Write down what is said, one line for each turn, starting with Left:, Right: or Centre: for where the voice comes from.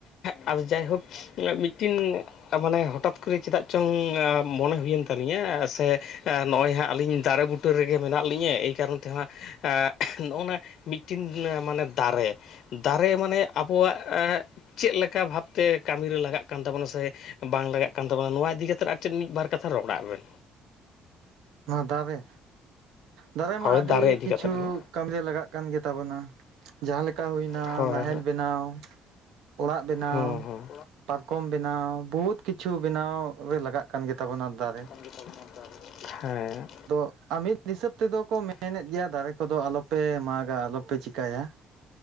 Left: ᱟᱫᱚ ᱡᱟᱭᱦᱳᱠ ᱟᱜ ᱢᱤᱴᱤᱱ ᱟᱻ ᱢᱟᱱᱮ ᱦᱚᱴᱟᱛ ᱠᱚᱨᱮ ᱪᱮᱫᱟᱜ ᱪᱚᱝ ᱢᱚᱱᱮ ᱦᱩᱭᱮᱱ ᱛᱟᱹᱞᱤᱧᱟ ᱥᱮ ᱱᱚᱜᱼᱚᱭ ᱦᱟᱸᱜ ᱟᱞᱤᱧ ᱫᱟᱨᱮ ᱵᱩ ᱵᱩᱴᱟᱹ ᱨᱮᱜᱮ ᱢᱮᱱᱟᱜ ᱞᱤᱧᱟᱹ ᱮᱭ ᱠᱟᱨᱚᱱ ᱛᱮᱦᱟᱜᱸ ᱟᱜ ᱱᱚᱜᱼᱚ ᱱᱟ ᱢᱤᱴᱤᱱ ᱢᱟᱱᱮ ᱫᱟᱨᱮ ᱫᱟᱨᱮ ᱢᱟᱱᱮ ᱟᱵᱚᱣᱟᱜ ᱪᱮᱫ ᱞᱮᱠᱟ ᱵᱷᱟᱵᱽᱛᱮ ᱠᱟᱹᱢᱤᱨᱮ ᱞᱟᱜᱟᱜ ᱠᱟᱱ ᱛᱟᱵᱚᱱᱟ ᱥᱮ ᱵᱟᱝ ᱞᱟᱜᱟᱜ ᱠᱟᱱ ᱛᱟᱵᱚᱱᱟ ᱱᱚᱣᱟ ᱤᱫᱤ ᱠᱟᱛᱮᱫ ᱟᱨ ᱪᱮᱫ ᱢᱤᱫ ᱵᱟᱨ ᱠᱟᱛᱷᱟ ᱨᱚᱲᱟᱜ ᱵᱮᱱ?
Right: ᱱᱚᱣᱟ ᱫᱟᱨᱮ, ᱫᱟᱨᱮ
Left: ᱦᱳᱭ
Right: ᱢᱟ ᱟᱹᱰᱤ
Left: ᱤᱫᱤ
Right: ᱠᱤᱪᱷᱩ
Left: ᱠᱟᱛᱮᱫ ᱜᱮ
Right: ᱠᱟᱹᱢᱤ ᱨᱮ ᱞᱟᱜᱟᱜ ᱠᱟᱱ ᱜᱮᱛᱟᱵᱚᱱᱟ ᱡᱟᱦᱟᱸ ᱞᱮᱠᱟ ᱦᱩᱭᱱᱟ
Left: ᱛᱟᱵᱚᱱᱟ ᱦᱳᱭ
Right: ᱱᱟᱦᱮᱞ ᱵᱮᱱᱟᱣ ᱚᱲᱟᱜ ᱵᱮᱱᱟᱣ,
Left: ᱱᱟᱦᱮᱞ ᱦᱮᱸ ᱦᱮᱸ ᱚᱲᱟᱜ
Right: ᱯᱟᱨᱠᱚᱢ ᱵᱮᱱᱟᱣ, ᱵᱚᱦᱩᱛ ᱠᱤᱪᱷᱩ ᱵᱮᱱᱟᱣ ᱨᱮ ᱞᱟᱜᱟᱜ ᱠᱟᱱ ᱜᱮᱛᱟᱵᱚᱱᱟ ᱫᱟᱨᱮ᱾
Left: <inaudible> ᱫᱟᱨᱮ ᱦᱮᱸ
Right: ᱛᱚ ᱟ ᱢᱤᱫ ᱦᱤᱥᱟᱹᱵ ᱛᱮᱫᱚ ᱠᱚ ᱢᱮᱱᱮᱫ ᱜᱮᱭᱟ ᱫᱟᱨᱮ ᱠᱚᱫᱚ ᱟᱞᱚᱯᱮ ᱢᱟᱜᱟ ᱟᱞᱚᱯᱮ ᱪᱤᱠᱟᱹᱭᱟ᱾